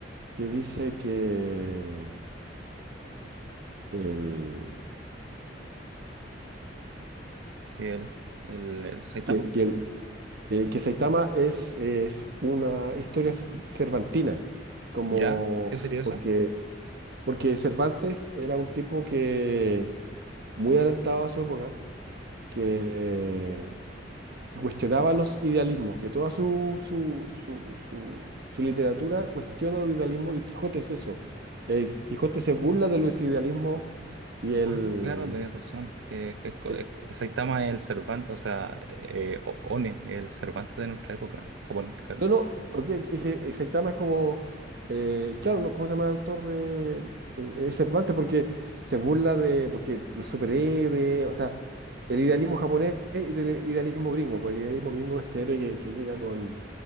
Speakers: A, on the right; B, on the right.
A: que dice que, el,
B: ¿Que el, el, el Saitama?
A: que, que, el- que, que Saitama es, es una historia c- cervantina, como
B: ¿Ya? ¿Qué sería eso?
A: porque, porque Cervantes era un tipo que muy adelantado a su época que que cuestionaba los idealismos, que toda su, su, su, su, su literatura cuestiona los idealismos y Quijote es eso. El Quijote se burla de los idealismos y el...
B: Ah, claro, de razón. Que, que es co-
A: eh,
B: es co- Saitama es el Cervantes, o sea, eh, O- One, el Cervantes de nuestra época, japonés, claro.
A: no, no, ok, es que Saitama es como... eh, claro, no, ¿cómo se llama el autor de... eh, Es Cervantes porque se burla de... porque los superhéroes, o sea, el idealismo japonés y del idealismo gringo, pues el idealismo gringo es este héroe que, que llega con...